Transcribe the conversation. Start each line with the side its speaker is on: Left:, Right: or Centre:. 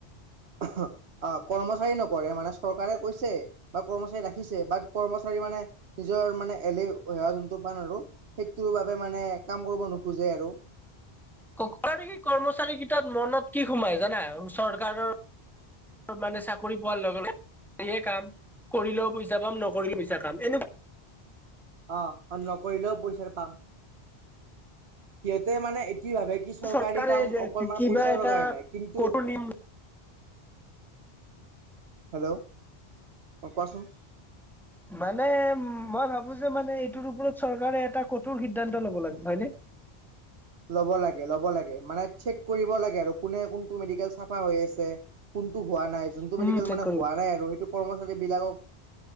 Right: অ কৰ্মচাৰী নকৰে মানে চৰকাৰে কৈছে বা কৰ্মচাৰী ৰাখিছে বাাট কৰ্মচাৰী মানে নিজৰ মানে এলে সেৱা যোনটো পান আৰু সেইটোৰ বাবে মানে কাম কৰিব নোখোজে আৰু
Centre: ক নেকি কৰ্মচাৰী কেইটাত মনত কি সোমাই জানা চৰকাৰৰ মানে চাকৰি পোৱাৰ লগে লগে সেয়ে কাম কৰিলেও পইচা পাম নকৰিলেও
Right: উম
Centre: পইচা পাম এনেকুৱা
Right: অ অ নকৰিলেও পইচা পাম সিহঁতে মানে এইটোৱে ভাবে কি চৰকাৰী
Centre: চৰকাৰে
Right: কাম অকল মানে
Centre: কিবা
Right: পইচাৰ
Centre: এটা
Right: কাৰণে কিন্তু
Centre: কঠোৰ নিয়ম
Right: হেল্ল' অ কোৱাচোন <unintelligible>
Centre: মানে উ মই ভাবো যে মানে এইটোৰ ওপৰত চৰকাৰে এটা কঠোৰ সিদ্ধান্ত ল'ব লাগে হয় ন
Right: ল'ব লাগে ল'ব লাগে মানে চেক কৰিব লাগে আৰু কোনে কোনটো মেডিকেল চাফা হৈ আছে কোনটো হোৱা নাই যোনটো
Centre: উম,
Right: মেডিকেল
Centre: চেক
Right: মানে
Centre: কৰিব।
Right: হোৱা নাই আৰু সেইটো কৰ্মচাৰী বিলাকক